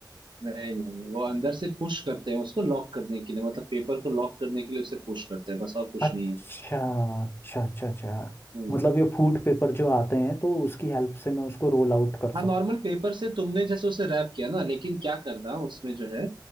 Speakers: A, on the right (about 75°); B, on the left (about 30°).
A: नहीं नहीं वो अंदर से पुश करते हैं उसको लॉक करने के लिए मतलब पेपर को लॉक करने के लिए उसे पुश करते हैं बस और कुछ
B: अच्छा
A: नहीं है
B: अच्छा अच्छा अच्छा
A: हम्म।
B: मतलब ये फूड पेपर जो आते हैं तो उसकी हेल्प से मैं उसको रोल आउट कर
A: हाँ
B: सकता
A: नॉर्मल पेपर से तुमने जैसे उसे रैप किया ना लेकिन क्या करना उसमें जो है